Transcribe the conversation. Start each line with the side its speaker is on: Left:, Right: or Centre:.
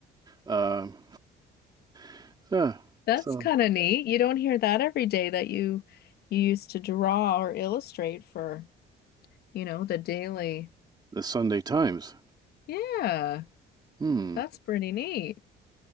Right: um, <laughs> yeah,
Left: That's
Right: so
Left: kind of neat. You don't hear that every day that you you used to draw or illustrate for, you know, the daily.
Right: the Sunday Times.
Left: Yeah,
Right: Hmm.
Left: that's pretty neat.